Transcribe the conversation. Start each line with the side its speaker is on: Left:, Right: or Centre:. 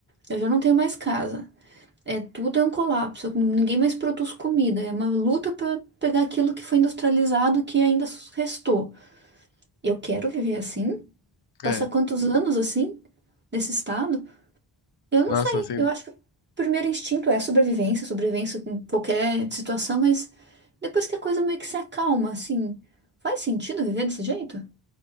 Right: Eu já não tenho mais casa. É, tudo é um colapso. Ninguém mais produz comida. É uma luta para pegar aquilo que foi industrializado que ainda restou. Eu quero viver assim? Passar
Left: É.
Right: quantos anos assim? Nesse estado? Eu
Left: Nossa,
Right: não sei.
Left: assim.
Right: Eu acho que o primeiro instinto é sobrevivência, sobrevivência em qualquer situação, mas depois que a coisa meio que se acalma, assim, faz sentido viver desse jeito?